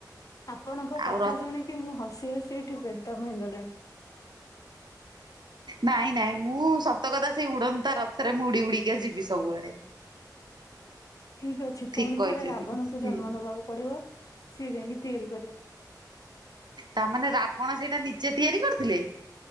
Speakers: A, on the left; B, on the right.
A: ଆପଣଙ୍କ
B: ଆଉ
A: କଥା
B: ର
A: ଶୁଣିକି ମୁଁ ହସି ହସି ଏଠି ବେଦମ୍ ହେଇଗଲିଣି।
B: ନାଇଁ ନାଇଁ ମୁଁ ସତ କଥା ସେଇ ଉଡନ୍ତା ରଥରେ ମୁଁ ଉଡି ଉଡିକା ଯିବି ସବୁଆଡେ।
A: ଠିକ୍ ଅଛି
B: ଠିକ
A: ପୁଣି
B: କହିଛନ୍ତି
A: ଥରେ ରାବଣଙ୍କୁ
B: ହୁଁ।
A: ଜନ୍ମ ନବାକୁ ପଡିବ ସିଏ ଯାଇଁକି ତିଆରି କରିବ।
B: ତାମାନେ ରାବଣ ସେଇଟା ନିଜେ ତିଆରି କରିଥିଲେ?